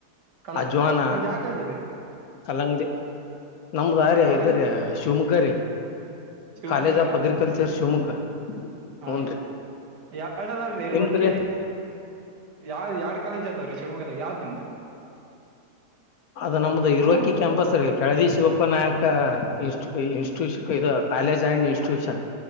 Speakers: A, on the right; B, on the left.
A: ಕಲ
B: ಅಜ್ವಾನ
A: ನಿಮ್ದ್ ಯಾವ ಕಾಲೇಜ್ ರೀ
B: ಕಲ್ಲಂಗಡಿ ನಮ್ದ ಆ ರ
A: ಕಾಲೇಜ್
B: ಇದ ರೀ ಶಿವಮೊಗ್ಗ ರೀ
A: Shivamogga
B: college of agriculture Shivamogga
A: ಹಾ
B: ಹೂನ್ರಿ
A: ಎರಡ್ ಅದಾವ್ರಿ ಇರುವಕ್ಕಿ
B: ನಿಮ್ದ್ರಿ
A: ಯಾವ ಯಾರ್ಡ್ ಕಾಲೇಜ್ ಅದಾವ್ರಿ ಶಿವಮೊಗ್ಗಾಗ ಯಾವ್ದ್ ನಿಮ್ದು
B: ಅದ ನಮ್ದು ಇರುವಕಿ
A: ಹ
B: ಕ್ಯಾಂಪಸ್ೀ ಕೆಳದಿ ಶಿವಪ್ಪನಾಯಕ ಇ ಇನ್ಸ್ಟಿಟ್ಯೂಷನ್ ಇದು ಕಾಲೇಜ್ ಆ್ಯಂಡ್ ಇನ್ಸ್ಟಿಟ್ಯೂಷನ್